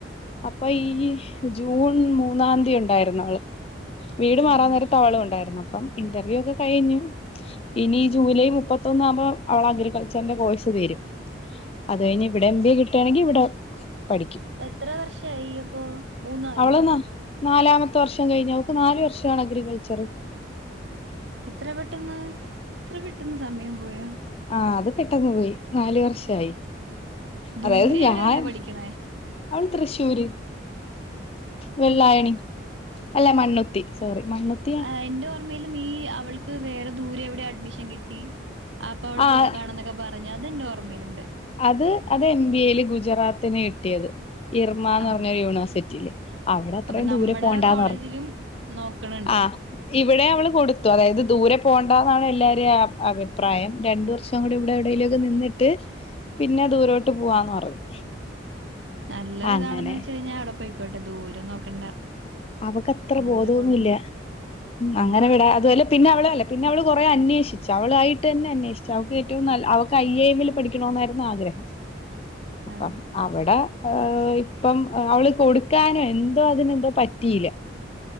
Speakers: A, on the left; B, on the right.
A: അപ്പൊ ഈ ജൂൺ മൂന്നാതീ ഉണ്ടായിരുന്നു അവള്. വീട്
B: ഉം
A: മാറാൻ
B: ഉം
A: നേരത്തവളും ഉണ്ടായിരുന്നു. അപ്പം ഇന്റർവ്യൂ ഒക്കെ കഴിഞ്ഞു. ഇനി ഈ ജൂലൈ മുപ്പത്തൊന്നാകുമ്പോ അവളെ അഗ്രികൾച്ചറിന്റെ കോഴ്സ് തീരും. അത് കഴിഞ്ഞ് ഇവി എം ബി എ കിട്ടയാണെങ്കി ഇവിടെ പഠിക്കും
B: എത്ര വർഷായി അപ്പോ മൂന്നായോ?
A: അവള് ന നാലാമത്തെ വർഷം കഴിഞ്ഞു. അവക്ക് നാല് വർഷാണ് അഗ്രികൾച്ചർ.
B: ഇത്ര പെട്ടെന്ന് ഇത്ര പെട്ടെന്ന് സമയം പോയാ.
A: ആ അത് പെട്ടെന്ന് പോയി. നാല് വർഷായി.
B: ദൂരെ
A: അതായത്
B: എവിടെയല്ലേ
A: ഞാൻ
B: പഠിക്കണേ
A: അവള് തൃശ്ശൂര്.
B: തൃശൂ
A: വെള്ളായണി. അല്ല മണ്ണുത്തി സോറി മണ്ണുത്തി.
B: ആ എന്റെ ഓർമ്മയില് നീ അവൾക്ക് വേറെ ദൂരെ എവിടെയൊ അഡ്മിഷൻ കിട്ടി അപ്പൊ അവള്
A: ആഹ്
B: പോകാണന്നൊക്കെ പറഞ്ഞ്. അത് എന്റെ ഓർമ്മയിലുണ്ട്.
A: അത് അത് എം ബി എയില് ഗുജറാത്തിന് കിട്ടിയത്. ഇർമാന്ന്
B: ആഹ്
A: പറഞ്ഞൊരു യൂണിവേഴ്സിറ്റിയില്. അവിടെ അത്രയും
B: അപ്പൊ നമ്മടെ
A: ദൂരെ പോണ്ടാന്ന്
B: കോളേജിലും
A: പറഞ്ഞു.
B: നോക്കണണ്ട്
A: ആ ഇവിടെ അവള് കൊടുത്തു അതായത് ദൂരെ പോണ്ടാന്നാണ് എല്ലാരെയും അഭിപ്രായം. രണ്ട് വർഷം കൂടി ഇവിടെ എവിടേലു ഒക്കെ നിന്നിട്ട് പിന്നെ ദൂരോട്ട് പോവാന്ന് പറഞ്ഞു.
B: നല്ലത് ഏതാണെന്ന്
A: അങ്ങനെ
B: വെച്ച അവിടെ കഴിഞ്ഞാൽ പോയിക്കോട്ടെ ദൂരം നോക്കണ്ട.
A: അവക്കത്ര
B: നല്ല
A: ബോധമൊന്നുല്ല.
B: കോളേജ്
A: അങ്ങനെ
B: ആണോ
A: വിടാ അതുപോലെ പിന്നെ അവള് അല്ല പിന്ന അവൾ കുറേ അന്വേഷിച്ചു അവളായിട്ട് തന്നെ അന്വേഷിച്ചു അവക്ക് കിട്ടിയകൊണ്ട് നല്ല അവൾക്ക് ഐ എ എമ്മിൽ പഠിക്കണം എന്നായിരുന്നു ആഗ്രഹം. അപ്പം
B: ആഹ്
A: അവിടെ ഏഹ് ഇപ്പം അവള് കൊടുക്കാനോ എന്തോ അതിനെന്തോ പറ്റിയില്ല.